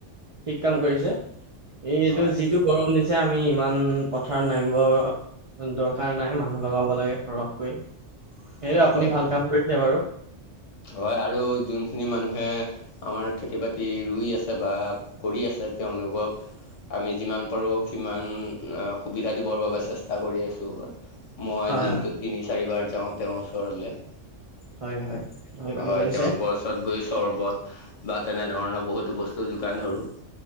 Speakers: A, on the right; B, on the left.
A: ঠিক কাম কৰিছে এইটো
B: হয়
A: যিটো গৰম দিছে আমি। ইমান পথাৰত নামিব দৰকাৰ নাই মানুহ লগাব লাগে সৰহকৈ। সেই আপুনি
B: হয়
A: ভাল কাম কৰিছে বাৰু।
B: হয় আৰু যোনখিনি মানুহে। আমাৰ খেতি বাতি ৰুই আছে বা কৰি আছে তেওঁলোকক। আমি যিমান পাৰো সিমান সুবিধা দিবৰ বাবে চেষ্টা কৰি আছো। মই
A: হয়,
B: দিনটো
A: হয়,
B: তিনি চাৰিবাৰ যাওঁ তেওঁৰ ওচৰলৈ।
A: হয় হয় ভাল কাম
B: হয়
A: কৰিছে।
B: তেওঁলোকৰ ওচৰত গৈছ চৰ্বত বা তেনেধৰণৰ বহুতো বস্তু যোগান ধৰোঁ